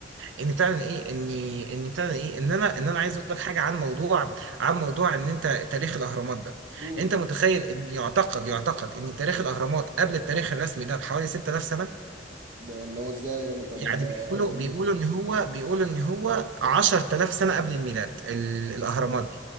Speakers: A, on the right (about 80°); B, on the right (about 45°).
A: ان بتاع ايه اني ان بتاع ايه ان انا ان انا عايز اقول لك حاجه عن موضوع عن موضوع ان انت تاريخ الاهرامات ده
B: امم
A: انت متخيل ان يعتقد يعتقد ان تاريخ الاهرامات قبل التاريخ الرسمي ده بحوالي 6000 سنه
B: ده اللي هو إزاي يعني طب
A: يعني
B: ده
A: بيقولوا
B: إيه الدليل
A: بيقولوا ان هو بيقولوا ان هو 10000 سنه قبل الميلاد ال- الاهرامات